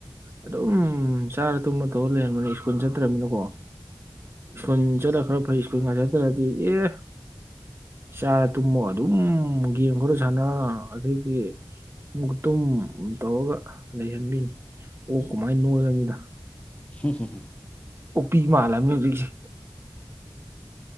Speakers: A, on the right; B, on the left.
A: ꯑꯗꯨꯝ ꯆꯥꯔ ꯇꯨꯝꯃ ꯇꯧꯔ ꯂꯩꯔꯝꯕꯅꯤ ꯁ꯭ꯀꯨꯜ ꯆꯠꯇ꯭ꯔꯃꯤꯅꯀꯣ ꯁ꯭ꯀꯨꯜ ꯆꯠꯂ ꯈꯔ ꯐꯩ ꯁ꯭ꯀꯨꯜ ꯉꯥꯏ ꯆꯠꯇ꯭ꯔꯗꯤ ꯑꯦ ꯆꯥꯔ ꯇꯨꯝꯃ ꯑꯗꯨꯝ ꯒꯦꯝ ꯈꯔ ꯁꯥꯟꯅ <unintelligible>
B: ꯍꯝ ꯍꯝ ꯍꯝ
A: ꯎꯞꯄꯤ ꯃꯥꯜꯂꯝꯕꯅꯤ ꯍꯧꯖꯤꯛꯁꯦ